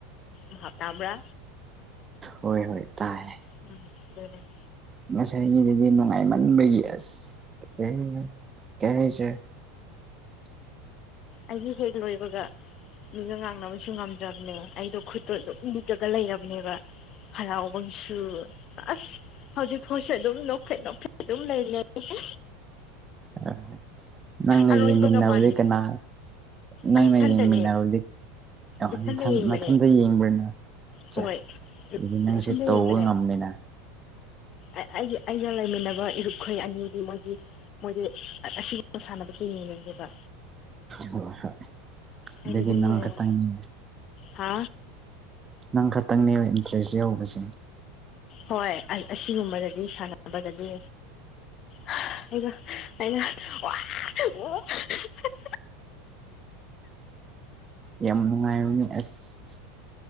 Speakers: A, on the left; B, on the right.
A: ꯚꯥꯞ ꯇꯕ꯭ꯔ
B: ꯍꯣꯏ ꯍꯣꯏ ꯇꯥꯏ
A: ꯎꯝ ꯑꯗꯨꯅꯦ
B: ꯉꯁꯥꯏꯒꯤꯗꯨꯗꯤ ꯅꯨꯡꯉꯥꯏꯃꯟꯕꯒꯤ ꯑꯁ <unintelligible>
A: ꯑꯩꯒꯤ ꯍꯦꯛ ꯂꯣꯏꯕꯒ ꯃꯤꯒ ꯉꯥꯡꯅꯕꯁꯨ ꯉꯝꯗ꯭ꯔꯕꯅꯦ ꯑꯩꯗꯣ ꯈꯨꯠꯇꯣ ꯑꯗꯨꯝ ꯂꯤꯛꯂꯒ ꯂꯩꯔꯕꯅꯦꯕ ꯍꯔꯥꯎꯕꯒꯤꯁꯨ ꯑꯁ ꯍꯧꯖꯤꯛꯐꯥꯎꯁꯨ ꯑꯗꯨꯝ ꯅꯣꯛꯐꯦꯠ ꯅꯣꯛꯐꯦꯠ ꯑꯗꯨꯝ ꯂꯩꯕꯅꯦ ꯑꯩꯁꯦ
B: ꯑꯥ ꯅꯪ
A: ꯑꯔꯣꯏꯕꯒ
B: ꯌꯦꯃꯤꯟꯅꯕꯗꯤ
A: ꯃꯥꯟꯗꯦ
B: ꯀꯅꯥ ꯅꯪꯅ
A: ꯑꯩ ꯏꯊꯟꯇꯅꯦ
B: ꯌꯦꯡꯃꯤꯟꯕꯗꯤ ꯑꯣ
A: ꯏꯊꯟꯇ
B: ꯅꯊꯟ
A: ꯌꯦꯡꯕꯅꯦ
B: ꯃꯊꯟꯗ ꯌꯦꯡꯕ꯭ꯔꯥ ꯅꯪ ꯑꯠꯆꯥ
A: ꯍꯣꯏ
B: ꯑꯗꯨꯗꯤ ꯅꯪ
A: ꯏꯊꯟꯇ
B: ꯁꯤ ꯇꯧꯕ
A: ꯌꯦꯡꯕꯅꯦ
B: ꯉꯝꯃꯤꯅ
A: ꯑꯩꯒꯤ ꯑꯩꯒ ꯂꯩꯃꯤꯟꯅꯕ ꯏꯔꯨꯞꯈꯣꯏ ꯑꯅꯤꯗꯤ ꯃꯣꯏꯒꯤ ꯃꯣꯏꯗꯤ ꯑꯁꯤꯒꯨꯝꯕ ꯁꯥꯟꯅꯕꯁꯤ ꯌꯦꯡꯉꯥ ꯒꯦꯕ
B: ꯍꯣꯏ ꯍꯣꯏ
A: ꯑꯩꯗꯤ
B: ꯑꯗꯨꯒꯤ
A: ꯑꯗꯨꯝ
B: ꯅꯪ
A: ꯌꯦꯡꯉ
B: ꯈꯛ ꯇꯪꯅꯤꯅꯦ
A: ꯍꯥ
B: ꯅꯪ ꯈꯛꯇꯪꯅꯦ ꯏꯟꯇꯔꯦꯁ ꯌꯥꯎꯕꯁꯦ
A: ꯍꯣꯏ ꯑꯁꯤꯒꯨꯝꯕꯗꯗꯤ ꯁꯥꯟꯅꯕꯗꯗꯤ ꯍꯥ ꯑꯩꯩꯅ ꯑꯩꯅ ꯋꯥ ꯋꯥ ꯋꯥ ꯍꯤꯍꯤꯍꯤ
B: ꯌꯥꯝ ꯅꯨꯡꯉꯥꯏꯕꯅꯦ ꯑꯁ